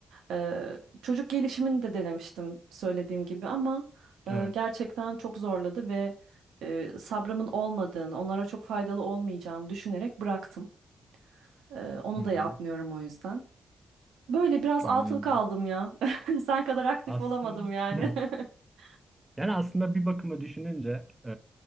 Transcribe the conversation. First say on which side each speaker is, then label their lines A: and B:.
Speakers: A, on the right; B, on the right.
A: Ee, çocuk gelişimini de denemiştim söylediğim gibi ama e,
B: Evet.
A: gerçekten çok zorladı ve e, sabrımın olmadığını, onlara çok faydalı olmayacağımı düşünerek bıraktım. Ee, onu
B: Hı
A: da
B: hı.
A: yapmıyorum o yüzden. Böyle biraz
B: Anladım.
A: atıl kaldım ya. <laughs> Sen kadar aktif
B: Aslında
A: olamadım yani.
B: <laughs>
A: <laughs>
B: Yani aslında bir bakıma düşününce e,